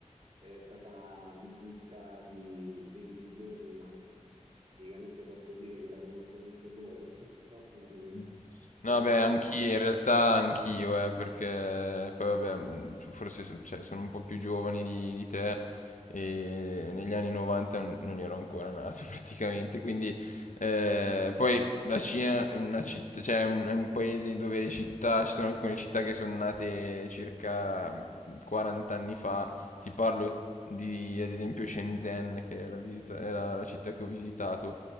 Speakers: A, on the right; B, on the left.
A: è stata una visita di 15 giorni, ma praticamente posso dire che la conosco molto poco, <laughs> no, non è,
B: Mh.
A: non
B: No vabbè
A: è
B: anch'i in realtà anch'io eh, perché poi vabbè, mhmm, forse s cioè sono un po' più giovane di di te, e negli anni '90 n non ero ancora nato <laughs> praticamente, quindi ehm, poi la Cina è una citt cioè è un è un paese dove le città ci sono alcune città che son nate circa, mhmm, 40 anni fa ti parlo di, ad esempio, Shenzhen, che è la, visita- è la- la città che ho visitato.